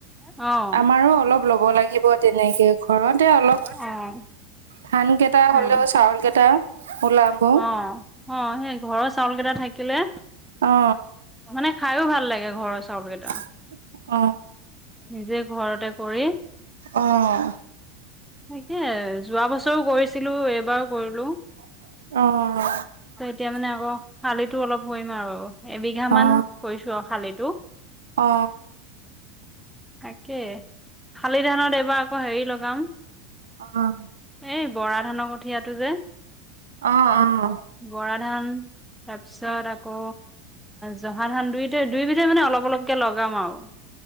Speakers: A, in the centre; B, on the right.
A: অ',
B: আমাৰো অলপ ল'ব লাগিব তেনেকে ঘৰতে অলপ
A: অ',
B: ধান কেইটা হ'লেও
A: অ',
B: চাউল কেইটা ওলাব।
A: অ', অ', সেই ঘৰৰ চাউল কেইটা থাকিলে
B: অ
A: মানে খাইও ভাল ভাল লাগে ঘৰৰ চাউলকেইটা।
B: <unintelligible>
A: নিজে ঘৰতে কৰি ।
B: অহ।
A: তাকে যোৱা বছৰো কৰিছিলো, এইবাৰো কৰিলো ।
B: অ'।
A: এতিয়া মানে আকৌ শালিতো অলপ কৰিম আৰু এবিঘা মান
B: অ
A: কৰিছো আৰু শালিটো
B: অ
A: তাকে শালি ধানত এইবাৰ আকৌ হে হেৰি লগাম
B: অ' ।
A: এই বৰা ধানৰ কঠিয়াটো যে
B: অহ-অহ।
A: বৰা ধান তাৰপিছত আকৌ জহা ধান দুইতা দুইবিধে মানে অলপ, অলপকে লগাম আৰু